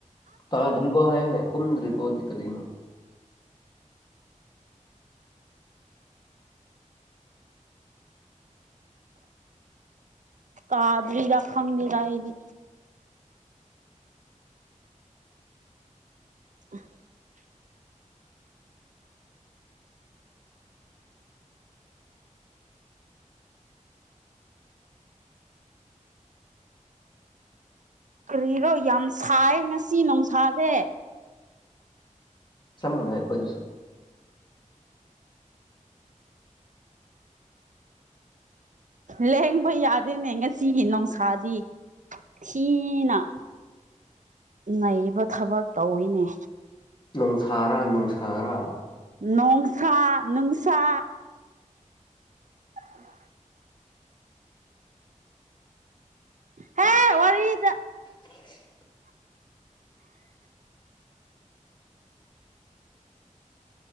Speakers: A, on the left; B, on the right.
A: ꯇꯥ ꯗ꯭ꯔꯤꯔꯤꯕꯣ ꯍꯥꯏꯅꯦ ꯀꯨꯟ ꯗ꯭ꯔꯤꯔꯤꯕꯣꯗꯤ ꯀꯔꯤꯅꯣ
B: ꯀꯥꯗꯔꯤ ꯔꯈꯪꯒꯤ ꯔꯏꯗꯤ <inaudible> ꯀꯔꯤꯔꯣ ꯌꯥꯝ ꯁꯥꯏ ꯉꯁꯤ ꯅꯨꯡꯁꯥꯁꯦ
A: ꯁꯃꯟ ꯈꯣꯏꯁꯨ
B: ꯂꯍꯦꯡꯕ ꯌꯥꯗꯦꯅꯦ ꯉꯁꯤꯒꯤ ꯅꯨꯡꯁꯥꯗꯤ ꯊꯤꯅ ꯅꯩꯕ ꯊꯕꯛ ꯇꯧꯔꯤꯅꯦ
A: ꯅꯨꯡꯁꯥꯔꯥ ꯅꯨꯡꯁꯥꯔꯥ
B: ꯅꯣꯡꯁꯥ ꯅꯨꯡꯁꯥ ꯎꯝ ꯍꯦ ꯋꯥꯔꯤꯗ
A: <unintelligible>